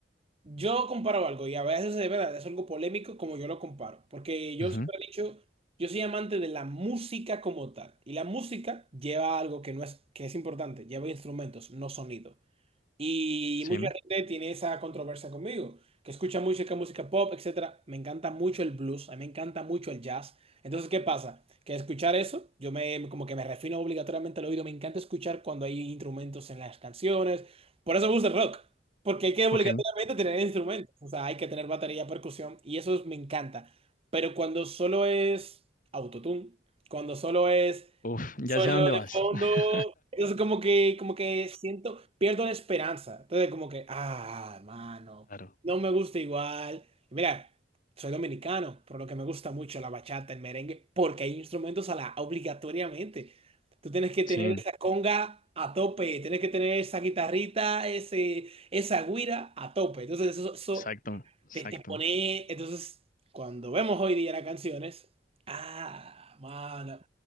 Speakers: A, on the right (about 35°); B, on the left (about 50°).
A: Yo comparo algo y a veces de verdad es algo polémico como yo lo comparo. Porque yo
B: Ujú,
A: siempre he dicho, yo soy amante de la música como tal. Y la música lleva algo que no es, que es importante, lleva instrumentos, no sonido. Y
B: Sí,
A: mucha gente tiene esa controversia conmigo, que escucha música, música pop, etcétera. Me encanta mucho el blues, a mí me encanta mucho el jazz. Entonces, ¿qué pasa? Que escuchar eso, yo me como que me refino obligatoriamente al oído, me encanta escuchar cuando hay instrumentos en las canciones. Por eso me gusta el rock, porque hay que obligatoriamente
B: ok.
A: tener instrumentos, o sea, hay que tener batería, percusión y eso es- me encanta. Pero cuando solo es autotune, cuando solo es
B: Uf,
A: sonido
B: ya sé a dónde
A: de
B: vas.
A: fondo.
B: <laughs>
A: Entonces como que, como que siento, pierdo la esperanza. Entonces como que, ah, hermano,
B: Claro.
A: no me gusta igual. Y mira, soy dominicano, por lo que me gusta mucho la bachata, el merengue, porque hay instrumentos a la obligatoriamente. Tú tienes que tener
B: Sí,
A: esa conga a tope, tienes que tener esa guitarrita, ese, esa güira a tope. Entonces eso, eso
B: exacto, exacto.
A: te, te pone. Entonces, cuando vemos hoy día las canciones. Ah, mano.